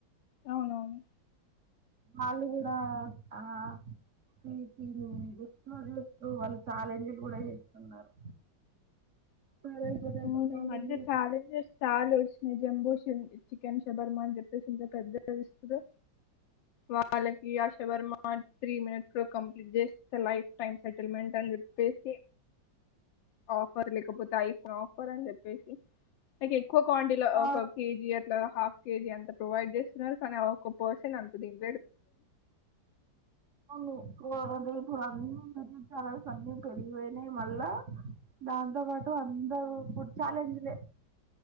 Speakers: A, on the left (about 80°); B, on the right (about 50°).
A: అవునవును
B: వాళ్ళు కూడా ఆ ప్రీతిని <unintelligible> చూస్తూ వాళ్ళు చఛాలెంజ్లు కూడా చేస్తున్నారు వైరల్ పొటాటో
A: అవును
B: ఛాలెంజ్
A: ఈ మధ్య ఛాలెంజ్స్ చాలు స్ను జబూ శింబ్జ్ చికెన్ షబర్మ అని చెప్పేసి ఇంత పెద్దదిస్తూరు వాళ్ళకి ఆ షబర్మ త్రీ మినిట్స్ లో కంప్లీట్ జేస్తే లైఫ్ టై సెటిల్మెంట్ అని చెప్పేసి ఆఫర్ లేకపోతే ఐ ఫ్రాఫ్ ఫరాన్ జేప్పేసి లైక్ క్కువ క్వాంటిలో
B: ఆ
A: ఒక కేజీ అట్లా హాఫ్ కేజీ అంత ప్రొవైడ్ చేస్తున్నారు కానీ ఆ ఒక పోర్షన్ అంత దిన్
B: అవును <unintelligible> రేపు అన్నీ <unintelligible> పెడిగిపోయినాయి మళ్ళా దాన్ తో పాటు అందరు ఫుడ్ ఛాలెంజ్ లే